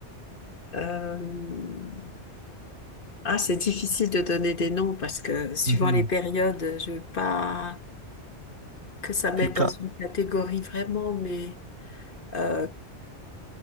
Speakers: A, on the left; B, on the right.
A: euh, Ah, c'est difficile de donner des noms parce que suivant
B: Mhm.
A: les périodes, je veux pas que ça mette
B: Puis quand,
A: dans une catégorie vraiment, mais euh,